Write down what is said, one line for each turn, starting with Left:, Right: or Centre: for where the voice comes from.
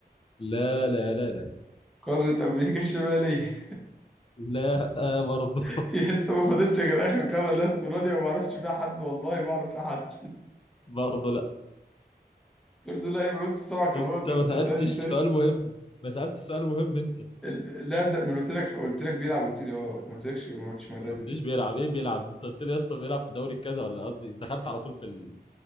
Left: لا لا لا لا
Centre: قارة أمريكا الشمالية
Left: لا آه برضه
Centre: <laughs> يا اسطى ما فاضلش غير آخر قارة اللي هي استراليا وما أعرفش فيها حد والله ما أعرف فيها حد <laughs>
Left: <laughs> برضه لا
Centre: برضه لا من قلت السبع قارات
Left: انت
Centre: يا
Left: ما
Centre: اسطى
Left: سألتش
Centre: أنت عايز إيه
Left: سؤال
Centre: تاني
Left: مهم ما سألتش سؤال مهم انت
Centre: اللاعب ده ما أنا قلت لك قلت لك بيلعب قلت لي اه ما قلتلكش ما قلتش معتزل
Left: ما قلتليش بيلعب ايه بيلعب دي انت قلت لي يا اسطى بيلعب في دوري كذا ولا قصدي دخلت على طول في ال...